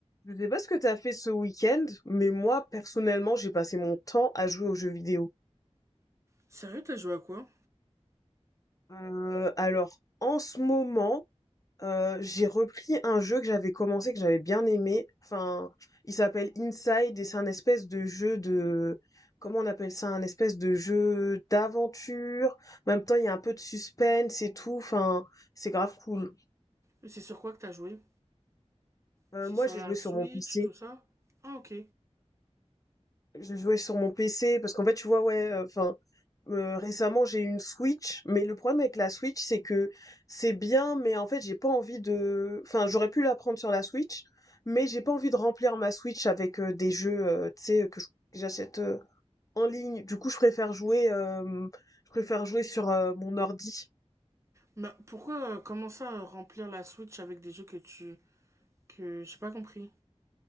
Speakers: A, on the left (about 30°); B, on the right (about 25°).
A: Je sais pas ce que t'as fait ce week-end, mais moi, personnellement, j'ai passé mon temps à jouer aux jeux vidéo.
B: Sérieux, t'as joué à quoi?
A: Euh, alors, en ce moment, euh, j'ai repris un jeu que j'avais commencé, que j'avais bien aimé. Enfin, il s'appelle Inside et c'est un espèce de jeu de... Comment on appelle ça? Un espèce de jeu d'aventure. En même temps, il y a un peu de suspense et tout. Enfin, c'est grave cool.
B: Et C'est sur quoi que t'as joué?
A: Euh,
B: C'est
A: moi,
B: sur
A: j'ai
B: la
A: joué
B: Switch,
A: sur mon PC.
B: tout ça? Ah, ok.
A: Je jouais sur mon PC parce qu'en fait, tu vois, ouais, euh, enfin, euh, récemment j'ai eu une Switch, mais le problème avec la Switch, c'est que c'est bien, mais en fait, j'ai pas envie de. Enfin, j'aurais pu la prendre sur la Switch, mais j'ai pas envie de remplir ma Switch avec euh, des jeux, euh, tu sais, que je- que j'achète euh, en ligne. Du coup, je préfère jouer, euh, je préfère jouer sur euh, mon ordi.
B: Bah, pourquoi euh, comment ça euh, remplir la Switch avec des jeux que tu... que j'ai pas compris.